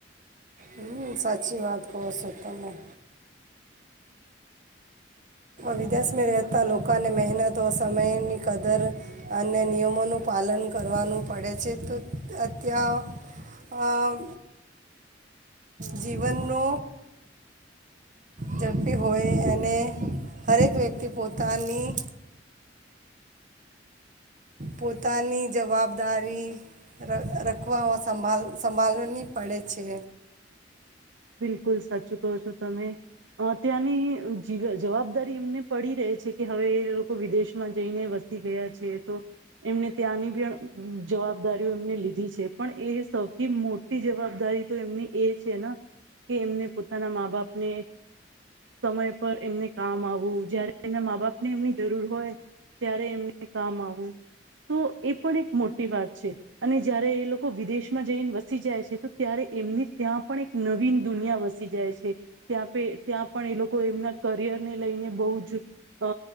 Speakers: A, on the right; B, on the right.
A: હ સાચી વાત કો સોતા મેં વિદેશમાં રહેતા લોકોને મહેનતો સમયની કદર અને નિયમોનું પાલન કરવાનું પડે છે તો અત્યાં જીવનનો ઝડપી હોય અને હરેક વ્યક્તિ પોતાની પોતાની જવાબદારી રખવામાં સંભળ સંભળવી પડે છે
B: બિલકુલ સાચું કહો છો તમે ત્યાંની જી જવાબદારી એમને પડી ર છે કે હવે એ લોકો વિદેશમાં જઈને વસી ગયા છે તો એમને ત્યાંની પણ જવાબદારીઓ એમને લીધી છે પણ એ સૌથી મોટી જવાબદારી તો એમની એ છેને કે એમને પોતાના મા બાપને સમય પર એમને કામ આવું જય્યારે એમના મા બાપને એમની જરૂર હોય ત્યારે એમને કામ આવું તો એ પણ એક મોટી વાત છે અને જયારે એ લોકો વિદેશમાં જઈને વસી જાય છે તો ત્યારે એમની ત્યાં પણન નવીન દુનિયા વસી જાય છે ત્યાં પ ત્યાં પણ એ લોકો એમના કરિયરને લઈને બહુ જ અ